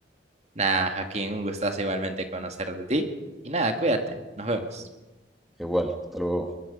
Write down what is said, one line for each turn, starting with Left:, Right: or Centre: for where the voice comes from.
Right: Nada, Joaquín, un gustazo igualmente conocer de ti. Y nada, cuídate. Nos vemos.
Centre: Igual, hasta luego.